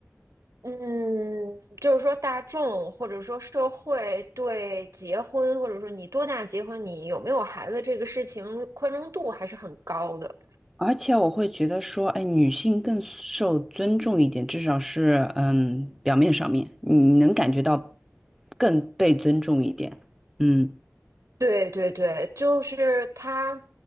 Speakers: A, on the right; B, in the centre.
A: 嗯，就是说大众或者说社会对结婚，或者说你多大结婚，你有没有孩子这个事情宽容度还是很高的。
B: 而且我会觉得说，哎，女性更受尊重一点，至少是嗯，表面上面你能感觉到更被尊重一点。嗯
A: 对对对，就是他，